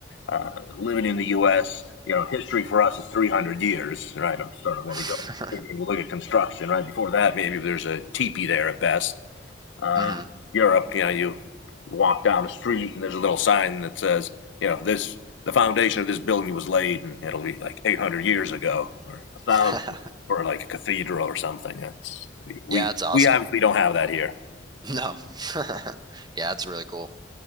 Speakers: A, on the left (about 80°); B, on the right (about 20°).
A: uh, living in the U.S., you know, history for us is 300 years, right? Of Sort of when
B: <laughs>
A: we go, we look at construction, right? Before that, maybe there's a teepee there at best. Uh,
B: Mhm.
A: Europe, you know, you walk down the street and there's a little sign that says, you know, this the foundation of this building was laid, and it'll be like 800 years ago, or a thousand,
B: <laughs>
A: or like a cathedral or something. That's we we
B: Yeah, it's awesome.
A: we obviously don't have that here.
B: No, <laughs> yeah, that's really cool.